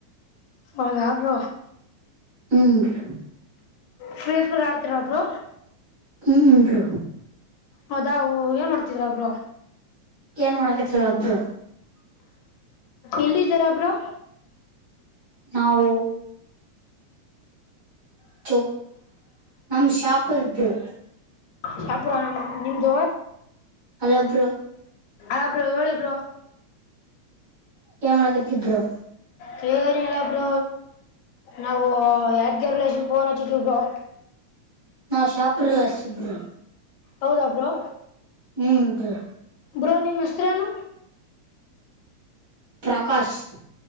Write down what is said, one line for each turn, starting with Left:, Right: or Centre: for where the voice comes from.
Left: ೌ ಯಾಬ್್ರ
Right: ಹಂದು
Left: ಫ್ರೀ ಸ್ಫರ್ ಆಡ್ತಿರ ಒಬ್ರು
Right: ಇಂದು
Left: ಹೌದಾ ಏನ್ ಮಾಡ್ತಿದ್ರಾ ಒಬ್ರು
Right: ಏನ್ ಮಾಡಕತ್ಲ್ಲದರು
Left: ಎಲ್ಲಿದ್ದಾರಬ್ರು
Right: ನಾವು ಚ ನಮ ಶಾಪರ್ಬ್ರು
Left: ಶಾಪುರ ನ ನಿಮ್ದ
Right: ಅಲ್ಲಬ್್ರ
Left: ಆಬ್ರ ಹೇಳಿ ಬ್ರೋ
Right: ಏ ಮಾಡಕತಿದ್ರು
Left: ಸನಲ್ಲ ಬರ ನಾವು ಯರ್ಕರ್ ಲೇಷನ್ಫನ್ಚ್ಚಿದ್ದ ಬರ
Right: ನಾವು ಶಾಪ್ರಲ್ ಶಿಬರು
Left: ಹೌದಾ ಬ್ರೋ
Right: ಹ್ಮ್ ಡ್ರ
Left: ಬ್ರೋ ನಿಮ್ಮ ಹೆಸರೇನು
Right: ಪ್ರಕಾಶ್